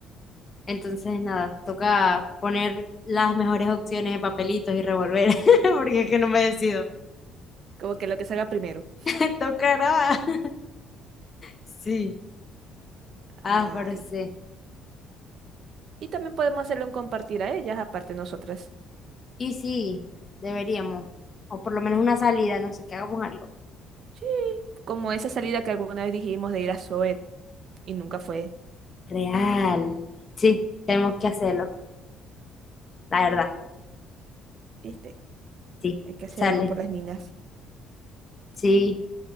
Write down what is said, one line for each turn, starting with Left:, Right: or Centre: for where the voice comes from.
Left: Entonces, nada, toca poner las mejores opciones en papelitos y revolver, <laughs> porque es que no me decido.
Right: Como que lo que salga primero.
Left: Me tocará. <laughs> Sí. Ah,
Right: Ay.
Left: pero sí.
Right: Y también podemos hacerle un compartir a ellas, aparte de nosotras.
Left: Y sí, deberíamos, o por lo menos una salida, no sé, que hagamos algo.
Right: Sí. Como esa salida que alguna vez dijimos de ir a Zoet y nunca fue.
Left: Real. Sí, tenemos que hacerlo, la verdad.
Right: ¿Viste?
Left: Sí,
Right: Hay que
Left: sale.
Right: hacer algo por las niñas.
Left: Sí,